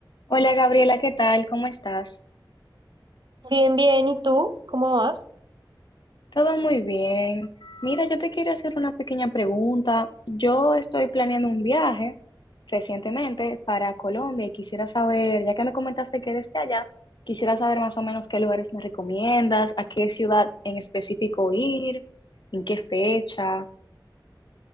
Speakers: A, on the left; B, on the right.
A: Hola Gabriela, ¿qué tal? ¿Cómo estás?
B: Bien, bien, ¿y tú? ¿Cómo vas?
A: Todo muy bien. Mira, yo te quiero hacer una pequeña pregunta. Yo estoy planeando un viaje recientemente para Colombia y quisiera saber, ya que me comentaste que eres de allá, quisiera saber más o menos qué lugares me recomiendas, a qué ciudad en específico ir, en qué fecha.